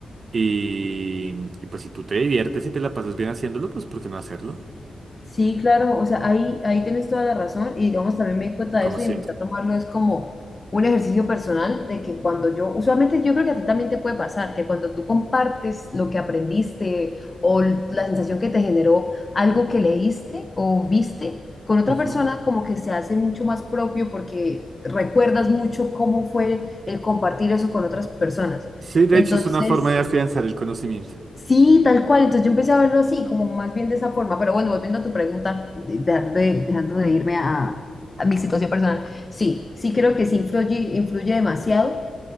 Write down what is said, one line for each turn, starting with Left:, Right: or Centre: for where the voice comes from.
Right: Y, y pues si tú te diviertes y te la pasas bien haciéndolo, pues ¿por qué no hacerlo?
Left: Sí, claro, o sea, ahí, ahí tienes toda la razón y digamos, también me di cuenta
Right: Como
Left: de eso
Right: siempre.
Left: y empecé a tomarlo es como un ejercicio personal de que cuando yo, usualmente yo creo que a ti también te puede pasar, que cuando tú compartes lo que aprendiste o l- la sensación que te generó algo que leíste o viste con otra
Right: Ujú.
Left: persona, como que se hace mucho más propio porque recuerdas mucho cómo fue el compartir eso con otras personas.
Right: Sí, de
Left: Entonces...
Right: hecho es una forma de afianzar el conocimiento.
Left: Sí, tal cual. Entonces yo empecé a verlo así, como más bien de esa forma. Pero bueno, volviendo a tu pregunta, de- dejando de, dejando de irme a, a mi situación personal. Sí, sí creo que sí influye, influye demasiado,